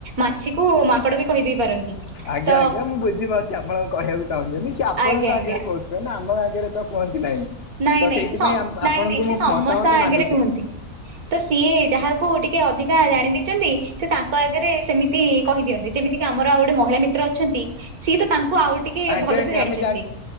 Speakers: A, on the right (about 75°); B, on the left (about 50°).
A: ମାଛିକୁ ମାଙ୍କଡ ବି କହିଦେଇ ପାରନ୍ତି।
B: ଆଜ୍ଞା
A: ତ
B: ଆଜ୍ଞା ମୁଁ ବୁଝିପାରୁଚି ଆପଣଙ୍କ କହିବାକୁ ଚାହୁଁଚନ୍ତି ସିଏ ଆପଣଙ୍କ
A: ଆଜ୍ଞା ଆଜ୍ଞା
B: ଆଗରେ କହୁଚି। କାହିଁକି ନା ଆମ ଆଗରେ ତ କୁହନ୍ତି ନାହିଁ।
A: ନାଇଁ
B: ତ
A: ନାଇଁ
B: ସେଇଥିପାଇଁ
A: ସେ ସ
B: ଆମ
A: ନାଇଁ
B: ଆପଣଙ୍କୁ
A: ନାଇଁ ସେ
B: ମୁଁ
A: ସମସ୍ତ
B: ମତାମତ
A: ଆଗରେ
B: ମାଗୁଥିଲି।
A: କୁହନ୍ତି। ତ ସିଏ ଯାହାକୁ ଟିକେ ଅଧିକା ଜାଣି ଦେଇଚନ୍ତି ସେ ତାଙ୍କ ଆଗରେ ସେମିତି ତି କହିଦିଅନ୍ତି ଯେମିତି କି ଆମର ଆଉ ଗୋଟେ ମହିଳା ମିତ୍ର ଅଛନ୍ତି। ସିଏ ତ ତାଙ୍କୁ ଆଉ ଟିକେ
B: ଆଜ୍ଞା
A: ଭଲସେ
B: ଆଜ୍ଞା
A: ଜାଣିଚନ୍ତି
B: ଆମେ